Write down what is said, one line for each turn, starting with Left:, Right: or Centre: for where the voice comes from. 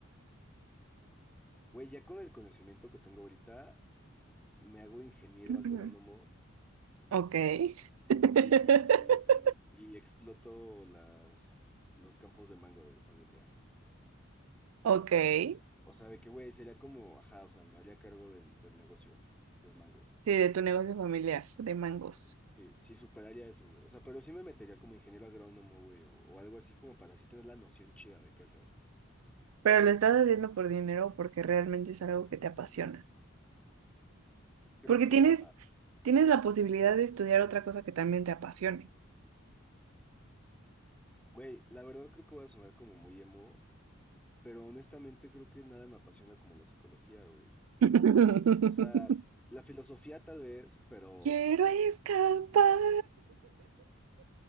Centre: Güey, ya con el conocimiento que tengo ahorita, me hago ingeniero
Right: Ujú.
Centre: agrónomo
Right: Ok. <laughs>
Centre: y, y exploto las, los campos de mango de mi familia.
Right: Ok. Sí,
Centre: O sea, de que, güey, sería como, ajá, o sea, me haría cargo del, del negocio de mango.
Right: de tu negocio familiar, de mangos.
Centre: Sí, sí, superaría eso, güey. O sea, pero sí me metería como ingeniero agrónomo, güey, o, o algo así como para así tener la noción chida de qué hacer.
Right: Pero lo estás haciendo por dinero o porque realmente es algo que te apasiona.
Centre: Creo
Right: Porque
Centre: que
Right: tienes,
Centre: ambas.
Right: tienes la posibilidad de estudiar otra cosa que también te apasione.
Centre: Güey, la verdad creo que voy a sonar como muy emo, Pero honestamente creo que nada me apasiona como la psicología, güey.
Right: <laughs>
Centre: O sea, la filosofía tal vez, pero...
Right: Quiero escapar.